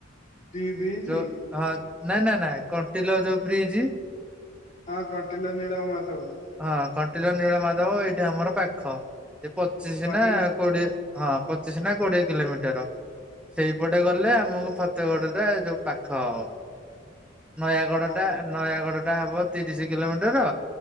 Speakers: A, on the left (about 35°); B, in the centre.
A: ଟିବିଇଚିଁ।
B: ଯୋଉ ହଁ ନାଇଁ ନାଇଁ ନାଇଁ କଣ୍ଟିଲ ଯୋଉ ବ୍ରିଜ୍ଇ।
A: ହଁ କଣ୍ଟିଲ ନୀଳ ମାଧବ।
B: ହଁ କଣ୍ଟିଲ ନୀଳ ମାଧବ ଏଇଠି ଆମର ପାଖ ଏ ପଚିଶି
A: କଣ୍ଟିଲ
B: ନାଁ କୋଡ଼ିଏ। ହଁ ପଚିଶି ନା କୋଡ଼ିଏ କିଲୋମିଟର ସେଇପଟେ ଗଲେ ଆମକୁ ଫ ତୋ ଗଡୁରେ ଯୋଉ ପାଖ ହବ। ନୟାଗଡ
A: ତମ
B: ଟା ନୟାଗଡ ଟା ହବ ତିରିଶ କିଲୋମିଟର।